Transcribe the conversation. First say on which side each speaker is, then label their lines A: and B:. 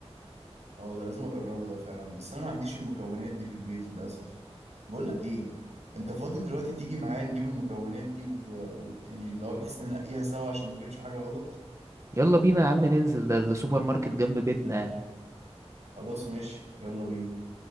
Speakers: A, on the right; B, on the right.
A: اه ده لازم اجربه ده فعلا بس انا ما عنديش المكونات دي في البيت للاسف بقول لك ايه انت فاضي دلوقتي تيجي معايا نجيب المكونات دي و... و... يعني اللي هو بحيث ننقيها سوا عشان ما اجيبش حاجه غلط
B: يلا بينا يا عم ننزل ده السوبر ماركت جنب بيتنا يعني
A: خلاص ماشي يلا بينا